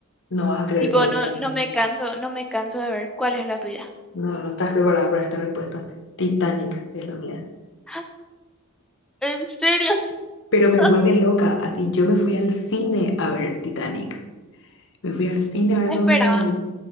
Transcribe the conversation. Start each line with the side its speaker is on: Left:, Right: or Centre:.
Left: no vas a creer
Centre: Tipo,
Left: cuál
Centre: no,
Left: es la mía.
Centre: no me canso, no me canso de ver. ¿Cuál es la tuya?
Left: No, no estás preparada para esta respuesta. Titanic es la mía.
Centre: <gasps> ¡Ah! ¿En serio?
Left: Pero me
Centre: <laughs>
Left: vuelve loca. Así, yo me fui al cine a ver Titanic. Me fui al cine a ver
Centre: Me
Left: con
Centre: esperaba,
Left: mis abuelos.